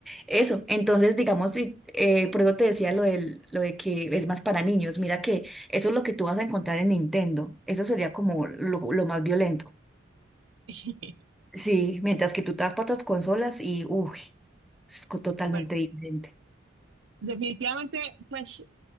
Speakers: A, in the centre; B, on the right (about 70°).
A: Eso, entonces digamos, sí, eh, por eso te decía lo del- lo de que es más para niños. Mira que eso es lo que tú vas a encontrar en Nintendo. Eso sería como lo, lo más violento.
B: <laughs>
A: Sí, mientras que tú te vas para otras consolas y, uy, es co- totalmente
B: Bueno,
A: diferente.
B: definitivamente, pues